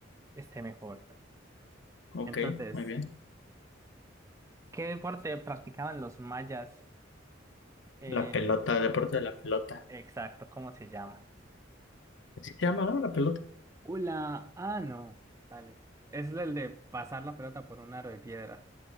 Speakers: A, on the right; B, on the left.
A: esté mejor.
B: Ok,
A: Entonces,
B: muy bien.
A: ¿qué deporte practicaban los mayas? Eh,
B: La pelota, el deporte de la pelota.
A: exacto, ¿cómo se llama?
B: ¿Así se llama, no? La pelota.
A: Hola, ah, no, dale. Es el de pasar la pelota por un aro de piedra.